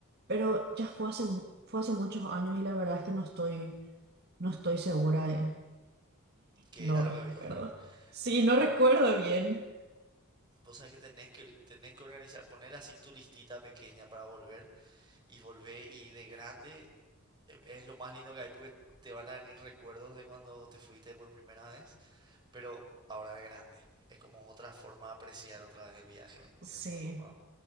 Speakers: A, on the right (about 45°); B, on the right (about 20°).
A: pero ya fue hace, mu- fue hace muchos años y la verdad es que no estoy, no estoy segura de...
B: Que
A: No
B: era
A: recuerdo.
B: lo que había.
A: Sí, no
B: Eh,
A: recuerdo
B: no,
A: bien.
B: vos sabés que tenés que tenés que organizar, poner así en tu listita pequeña para volver y volvé y de grande eh, es lo más lindo que hay porque te van a venir recuerdos de cuando te fuiste por primera vez, pero ahora de grande. Es como otra forma de apreciar otra vez el viaje.
A: Sí,
B: Es muy copado.